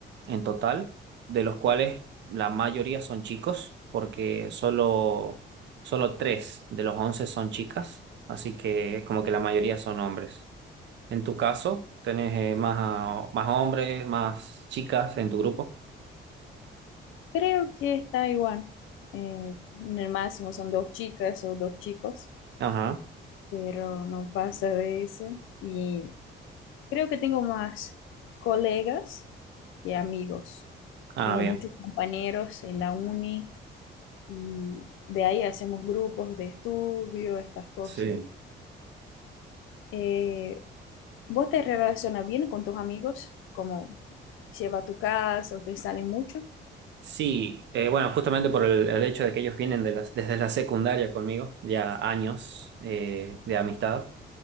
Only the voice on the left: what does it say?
Creo que está igual. Eh, en el máximo son dos chicas o dos chicos,
pero no pasa de eso. Y creo que tengo más colegas que amigos.
Tengo
muchos compañeros en la uni y de ahí hacemos grupos de estudio, estas cosas.
Eh, ¿Vos te relacionas bien con tus amigos? ¿Cómo lleva a tu casa o te salen mucho?